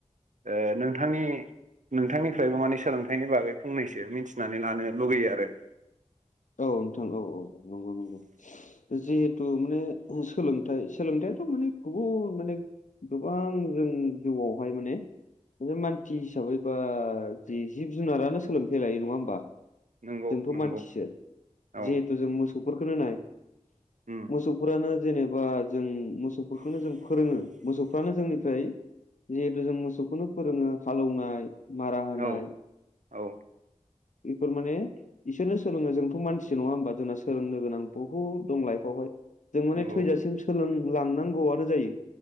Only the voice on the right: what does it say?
ओ नोंथांनि नोंथांनिफ्रायबो माने सोलोंथाइनि बागै फंनैसो मिथिनानै लानो लुगैयो आरो
नंगौ
नंगौ
औ
<inaudible>
औ औ
नंगौ